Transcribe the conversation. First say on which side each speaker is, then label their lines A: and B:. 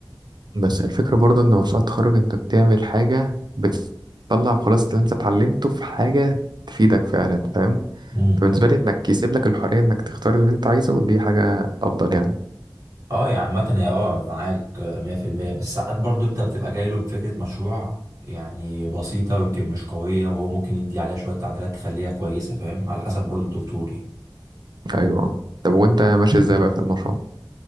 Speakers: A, on the right; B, on the right.
A: بس الفكرة برضه إن مشروع التخرج أنت بتعمل حاجة بتطلع خلاص اللي أنت اتعلمته في حاجة تفيدك فعلا فاهم
B: مم.
A: فبالنسبة لي انك يسيب لك الحرية انك تختار اللي انت عايزه ودي حاجة افضل يعني
B: اه يا عامة هي اه معاك مية في المية بس ساعات برضو انت بتبقى جاي له بفكرة مشروع يعني بسيطة ويمكن مش قوية وهو ممكن يدي عليها شوية تعديلات تخليها كويسة فاهم على حسب برضو الدكتور يعني
A: ايوه اه. طب وانت ماشي ازاي بقى في المشروع